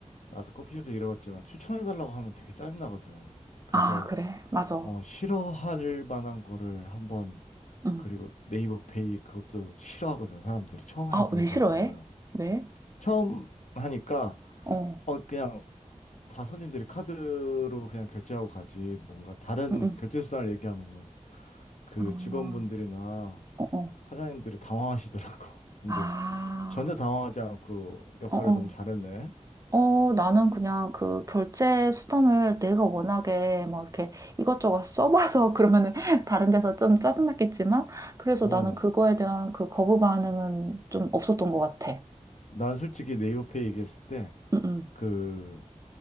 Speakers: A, on the left; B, on the right.
A: 나도 커피숍도 일해봤지만 추천해달라고 하면 되게 짜증나거든. 그래서,
B: 아, 그래. 맞아.
A: 어, 싫어할 만한 거를 한번,
B: 응.
A: 그리고 네이버 페이 그것도 싫어하거든, 사람들이. 처음
B: 아,
A: 해본
B: 왜
A: 사람들은.
B: 싫어해? 왜?
A: 처음 하니까,
B: 어,
A: 어, 그냥 다 손님들이 카드로 그냥 결제하고 가지 뭔가 다른
B: 응, 응.
A: 결제 수단을 얘기하면은 그
B: 아,
A: 직원분들이나
B: 어, 어.
A: 사장님들이 당황하시더라고. <laughs> 근데
B: 아,
A: 전혀 당황하지 않고 역할을
B: 어, 어.
A: 너무 잘했네.
B: 어, 나는 그냥 그 결제 수단을 내가 워낙에 막 이렇게 이것저것 써봐서 <laughs> 그러면은 다른 데서 좀 짜증났겠지만, 그래서
A: 어.
B: 나는 그거에 대한 그 거부 반응은 좀 없었던 것 같아.
A: 난 솔직히 네이버페이 얘기했을 때
B: 응, 응.
A: 그